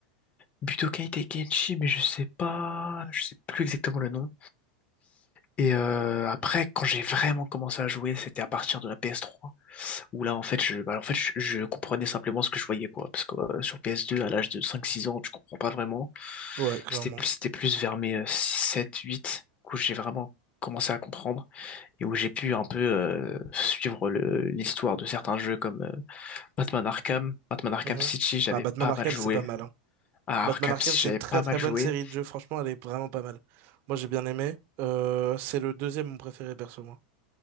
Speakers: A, on the left; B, on the right.
A: Budokai Tenkaichi, mais je sais pas, je sais plus exactement le nom. Et euh, après, quand j'ai vraiment commencé à jouer, c'était à partir de la PS3, où là, en fait, je, bah, en fait, je, je comprenais simplement ce que je voyais, quoi. Parce que euh, sur PS2, à l'âge de cinq six ans, tu comprends pas vraiment.
B: Ouais, clairement.
A: C'était plus, c'était plus vers mes sept huit où j'ai vraiment commencé à comprendre et où j'ai pu un peu euh, suivre le- l'histoire de certains jeux comme euh, Batman Arkham, Batman Arkham
B: Mhm.
A: City, j'avais
B: Ah, Batman
A: pas
B: Arkham,
A: mal joué.
B: c'est pas mal, hein.
A: À
B: Batman
A: Arkham
B: Arkham,
A: City,
B: c'est
A: j'avais
B: une très
A: pas
B: très
A: mal joué.
B: bonne série de jeux. Franchement, elle est vraiment pas mal. Moi, j'ai bien aimé. Euh, c'est le deuxième mon préféré, perso, moi.